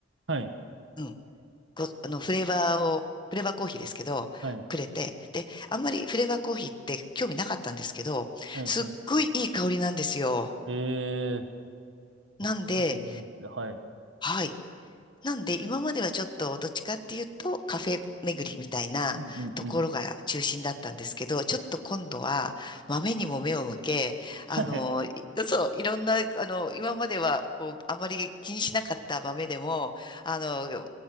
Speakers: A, on the right; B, on the left.
A: はい。
B: うんこあの、フレーバーを、フレーバーコーヒーですけど、
A: はい。
B: くれて、で、あんまりフレーバーコーヒーって興味なかったんですけど、
A: はい。
B: すっごいいい香りなんですよ。
A: はい。えー、
B: なんで、
A: まあ、これが気になって、はい。
B: はい。なんで今まではちょっとどっちかっていうとカフェ巡りみたいなところが中心だったんですけど、
A: うんうんうん。
B: ちょっと今度は豆にも目を向け、あの、
A: はい。
B: いそう、いろんな、あの、今まではこうあまり気にしなかった豆でも、あの、